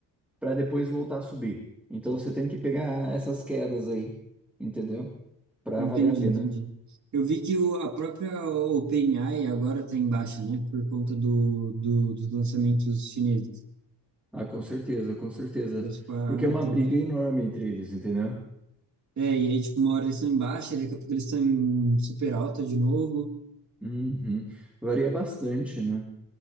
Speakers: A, in the centre; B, on the right (about 40°).
A: para depois voltar a subir. Então você tem que pegar essas quedas aí, entendeu? Para
B: Entendi,
A: valer a pena.
B: entendi. Eu vi que o, a própria OpenAI agora está em baixa, né? Por conta do, do- dos lançamentos chineses.
A: Ah, com certeza, com certeza.
B: Eu, tipo, ah,
A: Porque é uma
B: até
A: briga
B: vale.
A: enorme entre eles, entendeu?
B: É, e aí, tipo, uma hora eles estão em baixa, e daqui a pouco eles estão em super alta de novo.
A: Uhum. Varia bastante, né?